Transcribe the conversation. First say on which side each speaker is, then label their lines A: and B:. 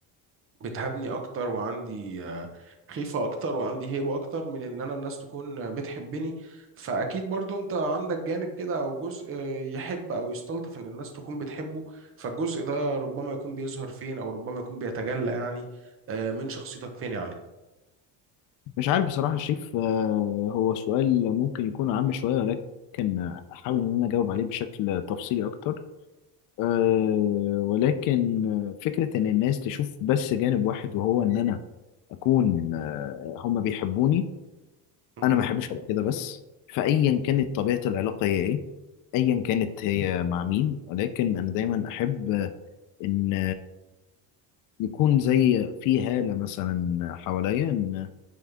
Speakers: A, on the right (about 35°); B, on the left (about 55°).
A: بتهابني اكتر وعندي آه، خيفة اكتر وعندي هيبة اكتر من ان انا الناس تكون آه، بتحبني فاكيد برضو انت عندك جانب كده او جزء آه، يحب او يستلطف ان الناس تكون بتحبه فالجزء ده ربما يكون بيظهر فين او ربما يكون بيتجلى يعني آه، من شخصيتك فين يا علي
B: مش عارف بصراحه يا شريف آه، هو سؤال ممكن يكون عام شويه ولكن احاول ان انا اجاوب عليه بشكل تفصيلي اكتر آه، ولكن فكره ان الناس تشوف بس جانب واحد وهو ان انا اكون آه، هما بيحبوني
A: مهم.
B: انا ما احبش ابقى كده بس فايا كانت طبيعه العلاقه هي ايه ايا كانت هي مع مين ولكن انا دايما احب ان يكون زي في هاله مثلا حواليا ان